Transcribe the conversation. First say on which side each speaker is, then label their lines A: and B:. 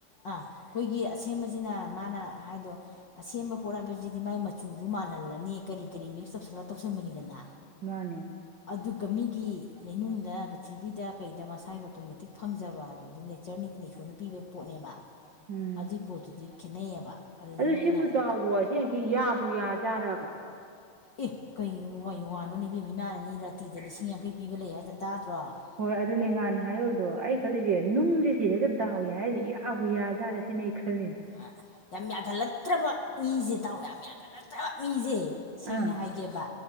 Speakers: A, on the left; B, on the right.
A: ꯑꯩꯈꯣꯏꯒꯤ ꯑꯁꯦꯝꯕꯁꯤꯅ ꯃꯥꯅ ꯍꯥꯏꯗꯣ ꯑꯁꯦꯝꯕ ꯄꯣꯔꯛꯕꯁꯤꯗꯤ ꯃꯥꯥꯏ ꯃꯆꯨꯗꯨ ꯃꯥꯜꯍꯜꯂ ꯅꯅꯤ ꯀꯔꯤ ꯀꯔꯤ ꯃꯤꯛꯁ ꯇꯧꯁꯜꯂ ꯇꯧꯁꯟꯕꯅꯤꯗꯅ
B: ꯃꯥꯅꯦ
A: ꯑꯗꯨꯒ ꯃꯤꯒꯤ ꯂꯩꯅꯨꯡꯗ ꯄ꯭ꯔꯤꯊꯤꯕꯤꯗ ꯀꯩꯗ ꯃꯁꯥꯒꯤ ꯑꯣꯇꯣꯃꯦꯇꯤꯛ ꯐꯪꯖꯕ ꯍꯥꯏꯕꯗꯨ ꯅꯦꯆꯔꯅꯤ ꯑꯗꯨꯩꯅ ꯏꯁꯣꯔꯅ ꯄꯤꯕ ꯄꯣꯠꯅꯦꯕ
B: ꯎꯝ
A: ꯑꯗꯨꯒꯤ ꯄꯣꯠꯇꯨꯗꯤ ꯈꯦꯠꯅꯩꯌꯦꯕ ꯑꯗꯨꯗꯤ
B: ꯑꯗꯨ
A: ꯃꯣꯏꯅ
B: ꯁꯤꯕꯨ ꯗꯥꯎꯕꯣ ꯁꯤꯁꯤ ꯌꯥꯕꯨ ꯌꯥꯖꯥꯔꯕ
A: ꯑꯦ ꯀꯩꯅꯅꯣ ꯀꯨ ꯋꯥꯅꯣꯅꯦꯕꯦꯝ ꯏꯃꯥꯅꯅꯤ ꯔꯥꯇꯤꯗ ꯂꯤꯁꯤꯡ ꯌꯥꯡꯈꯩ ꯄꯤꯕ ꯂꯩ ꯍꯥꯏꯗ ꯇꯥꯗ꯭ꯔꯣ ꯑꯥ
B: ꯍꯣꯏ ꯑꯗꯨꯅꯦ ꯉꯍꯥꯟ ꯍꯥꯏꯌꯣꯗꯣ ꯑꯩ ꯈꯜꯂꯤꯁꯦ ꯅꯨꯡꯁꯦ ꯁꯤꯔꯒ ꯗꯥꯎꯏ ꯌꯥꯏ ꯍꯥꯏꯗꯤ ꯑꯏꯌꯥꯖꯔꯁꯤꯅꯦ ꯑꯩ ꯈꯜꯅꯤ
A: ꯑ ꯌꯥꯝ ꯌꯥꯒꯠꯂꯛꯇ꯭ꯔꯕ ꯃꯤꯁꯦ ꯇꯥꯎ ꯌꯥꯝ ꯌꯥꯒꯠꯂꯛꯇ꯭ꯔꯕ ꯃꯤꯁꯦ ꯁꯦꯡꯅ
B: ꯑꯥ
A: ꯍꯥꯏꯒꯦꯕ